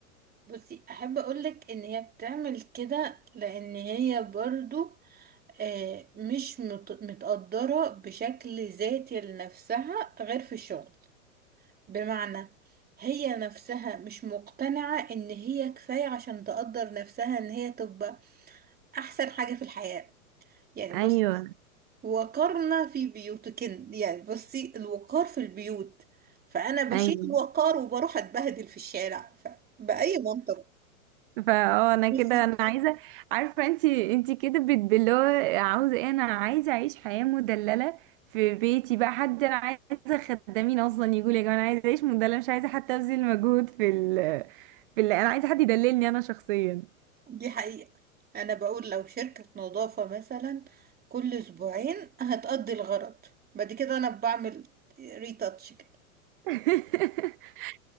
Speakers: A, on the right; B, on the right.
A: بصي احب اقولك ان هي بتعمل كده لان هي برضو آه، مش مت- متقدرة بشكل ذاتي لنفسها غير في الشغل بمعنى هي نفسها مش مقتنعة ان هي كفاية عشان تقدر نفسها ان هي تبقى احسن حاجة في الحياة يعني
B: أيوه
A: وقرنا في بيوتكن يعني بصي الوقار في البيوت فأنا بشيل
B: أيوه
A: الوقار وبروح أتبهدل في الشارع ف... بأي منطق
B: فاه انا
A: بصي
B: كده انا عايزه عارفه انت انت كده بتبلوه عاوزه ايه انا عايزه اعيش حياه مدلله في بيتي بقى حد انا عايزه خدامين اصلا يقول يا جماعه انا عايزه اعيش مدلله مش عايزه حتى ابذل مجهود في ال في ال انا عايزه حد يدللني انا شخصيا
A: دي حقيقة أنا بقول لو شركة نظافة مثلا كل أسبوعين هتقضي الغرض بعد كده أنا بعمل ريتاتش كده
B: <laughs>